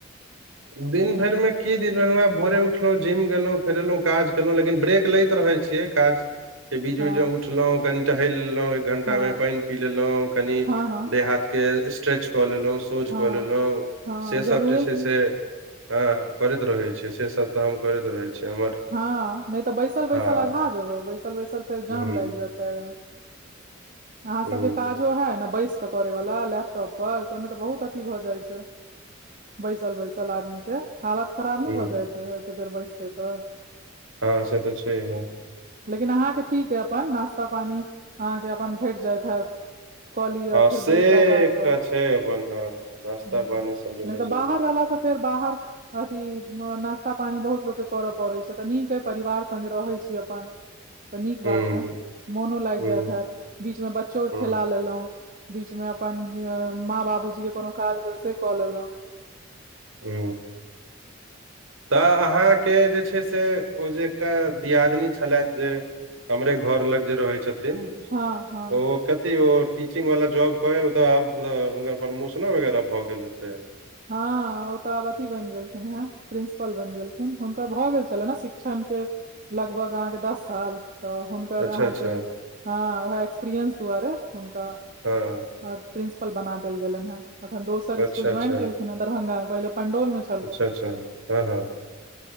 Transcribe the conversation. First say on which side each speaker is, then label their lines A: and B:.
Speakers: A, on the right; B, on the right.
A: दिन भरि में की दिन भेलरहुं आब भोरे उठलों जिम गेलोँ फेर एलौ काज केलौ लेकिन ब्रेक लैत रहै छै। छिय काज के बीच
B: हँ
A: बीच उठलौ कनि टहल लेलहु एक घंटा
B: हँ
A: मे पानि पी लेलहु कनि
B: हँ हँ
A: देह हाथ के स्ट्रेच कऽ लेलहुँ शोझ
B: हँ
A: कऽ लेलौसे
B: हँ जरूरे
A: सब जे छै
B: की
A: से हँ करैत रहै छियै से सब तऽ हम करैत रहै छियै हमर
B: हँ नहि तऽ बैसल बैसल
A: हँ
B: अघा जेबै बैसल बैसल फेर
A: हूँ
B: जाम लागि जायत ह अहाँ सबके
A: हूँ
B: काज जो है न बैस के करे वाला लैपटॉप पर तऽ ओहिमे तऽ बहुत अथी भऽ जाइ छै बैसल बैसल आदमी के हालत खराब
A: हुं
B: न हो जयते एते देर बैसते तऽ
A: हँ से तऽ छै ह
B: लेकिन अहाँके ठीक है अपन नाास्ता पानी अहाँके अपन भेट जायइत हत कऽ लिअ
A: हँ
B: फेर
A: से
B: बैस जाउ काज
A: एकटा
B: पर
A: छै अपन हँ नाश्ता
B: ह
A: पानी सब जे
B: नहि तऽ
A: छै
B: बाहर रहलासँ फेर बाहर अथी नाास्ता पानी बहुत लोग के करऽ पड़े छै अच्छा तऽ नीक अइ परिवार सङ्गे रहैत छी अपन तऽ नीक
A: हुं
B: बात है मोनो लागि
A: हुं
B: जायइत हैत बीचमे बच्चोे
A: हुं
B: खेला लेलहुँ बीच मे अपन माँ बाबूजी के कोनो काज भेल से कऽ लेलहुँ
A: हू तऽ अहाँके जे छै से ओ जे एकटा दियादिननी छलथि जे हमरे घर लग जे रहै छथिन
B: हँ हँ
A: ओ कथी ओ टीचिंग वालला जॉब कह तऽ आब हुनकर प्रमोशनो वगैरह भए गेल हेतै
B: हँ ओ तऽ अब अथी बनि गेलखिन हे प्रिंसिपल बनि गेलखिन हुनकर भऽ गेल छलनि ने शिक्षण के लगभग अहके दस साल तऽ हुनकर
A: अच्छा
B: अहाँके
A: अच्छा
B: ह एकसपीरियंस दुआरे हुनका
A: हँ
B: आ प्रिंसिपल बना देल गेल हे अखन दोसर
A: अच्छा
B: स्कुल
A: अच्छा
B: ज्वाइन केलख ह दरभंगा मे पहिल पंडोल मे छलखिन
A: अच्छा अच्छा हँ हँ